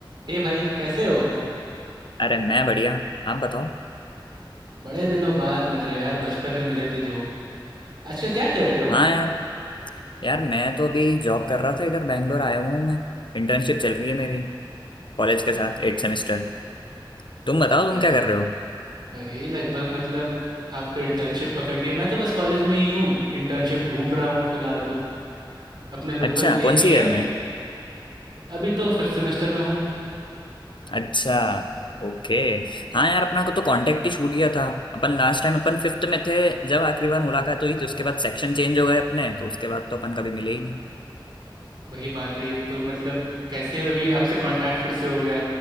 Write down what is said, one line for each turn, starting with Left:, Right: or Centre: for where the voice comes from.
Right: हे भाई कैसे हो
Left: अरे मैं बढ़िया आप बताओ
Right: बड़े दिनों बाद मिल रहे यार बचपन में मिले थे जो आजकल क्या कर रहे हो
Left: हाँ यार यार मैं तो अभी जॉब कर रहा था इधर बैंगलोर आया हुआ हूँ मैं इंटर्नशिप चल रही है मेरी कॉलेज के साथ एट सेमेस्टर तुम बताओ
Right: अर-
Left: तुम क्या कर रहे हो
Right: अरे लगभग मतलब आप तो इंटर्नशिप पकड़ लिए मैं तो बस कॉलेज में ही हूँ इंटर्नशिप ढूंढ रहा हूँ फिलहाल तो अपने लोकल
Left: अच्छा
Right: प्लेस
Left: कौन
Right: ही
Left: सी
Right: है
Left: ईयर में
Right: अभी तो फिफ्थ सेमेस्टर में हूँ
Left: अच्छा ओके हाँ यार अपना को तो कांटेक्ट ही छूट गया था अपन लास्ट टाइम अपन फिफ्थ में थे जब आखिरी बार मुलाकात हुई थी उसके बाद सेक्शन चेंज हो गए अपने तो उसके बाद तो अपन कभी मिले ही नहीं
Right: वही बात है ये तो मतलब कैसे अभी आपसे कांटेक्ट फिर से हो गया